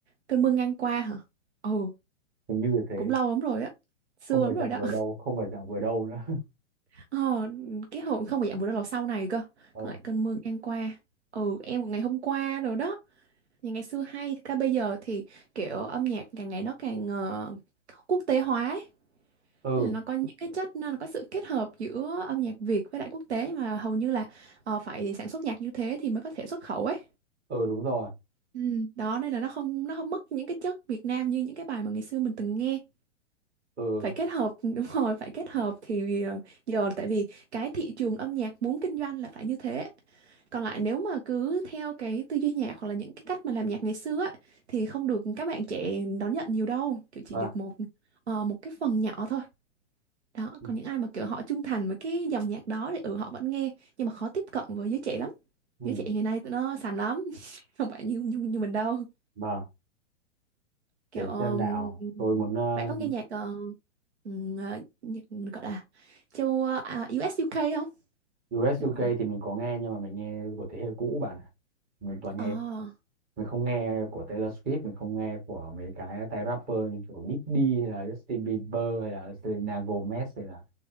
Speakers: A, on the right; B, on the right.
A: cơn mưa ngang qua hả ồ
B: hình như là thế
A: cũng lâu lắm rồi á xưa
B: không
A: lắm
B: phải dạng
A: rồi đó
B: vừa đâu không phải dạng vừa đâu nữa <laughs>
A: <laughs> ờ cái hồi không phải dạng vừa đâu là sau này cơ
B: ờ
A: còn lại cơn mưa ngang qua ừ em một ngày hôm qua rồi đó nhà ngày xưa hay thật ra bây giờ thì kiểu âm nhạc càng ngày nó càng ờ, quốc tế hóa ấy.
B: ừ
A: Nên là nó có những cái chất nó có sự kết hợp giữa âm nhạc Việt với lại quốc tế mà hầu như là ờ, phải sản xuất nhạc như thế thì mới có thể xuất khẩu ấy.
B: ừ đúng rồi
A: Ừ, đó nên là nó không nó không mất những cái chất Việt Nam như những cái bài mà ngày xưa mình từng nghe.
B: ừ
A: Phải kết hợp <laughs> đúng rồi, phải kết hợp thì ờ, giờ tại vì cái thị trường âm nhạc muốn kinh doanh là phải như thế. Còn lại nếu mà cứ theo cái tư duy nhạc hoặc là những cái cách mà làm nhạc ngày xưa á, thì không được các bạn trẻ đón nhận nhiều đâu, kiểu chỉ
B: và
A: được một ờ, một cái phần nhỏ thôi đó
B: ừ,
A: còn những ai mà kiểu họ trung thành với cái dòng nhạc đó thì ừ họ vẫn nghe nhưng mà khó tiếp cận với giới trẻ lắm
B: ừ,
A: giới trẻ ngày nay tụi nó sành lắm <laughs> không phải như như, như mình đâu
B: vâng
A: kiểu
B: để
A: um,
B: xem nào tôi muốn ờ,
A: bạn có nghe nhạc ờ, ừm, ờ, nhạc gọi là châu ờ, à, u UK không
B: US
A: kiểu
B: UK thì mình có nghe nhưng mà mình nghe của thế hệ cũ bạn ạ. mình toàn nghe
A: oh,
B: mình không nghe của Taylor Swift mình không nghe của mấy cái tay rapper như kiểu Diddy hay là Justin Bieber hay là Selena Gomez hay là